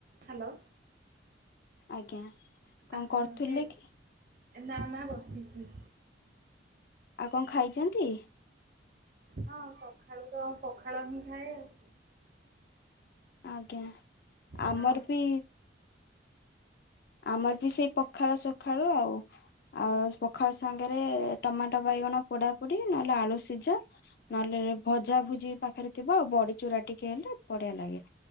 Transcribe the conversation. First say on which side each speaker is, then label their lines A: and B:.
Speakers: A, on the right (about 50°); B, on the left (about 55°).
A: Hello.
B: ଆଜ୍ଞା। କଣ
A: ଆପଣ
B: କରୁଥିଲେ
A: ବି
B: କି?
A: ନା ନା ବସିଛି।
B: ଆଉ କଣ ଖାଇଛନ୍ତି?
A: ହଁ ସକାଳୁ ତ ପଖାଳ ହିଁ ଖାଏ ଆଉ।
B: ଆଜ୍ଞା
A: କାରଣ
B: ଆମର ବି ଆମର ବି ସେଇ ପଖାଳ ସଖାଳୁ ଆଉ। ଆଉଖ ତା ସାଙ୍ଗରେ ଟମାଟୋ ବାଇଗଣ ପୋଡା ପୋଡ଼ି ନହେଲେ ଆଳୁ ସିଝା। ନହେଲେ ଭଜା ଭୁଜି ପାଖରେ ଥିବ ଆଉ ବଡି ଚୁରା ଟିକେ ହେଲେ ବଢିଆ ଲାଗେ।